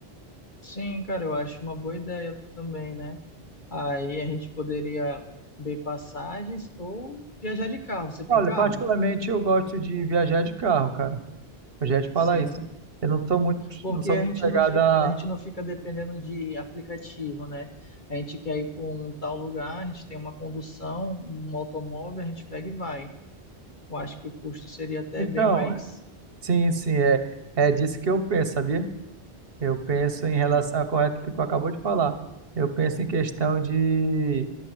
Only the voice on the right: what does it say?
Olha,
particularmente eu gosto de viajar de carro, cara. Eu já ia te falar
isso. Eu não sou muito,
não sou
muito
chegada
a...
Então,
é- sim, sim, é, é disso que eu penso, sabia? Eu penso
em relação ao correto que tu acabou de falar. Eu penso em questão de,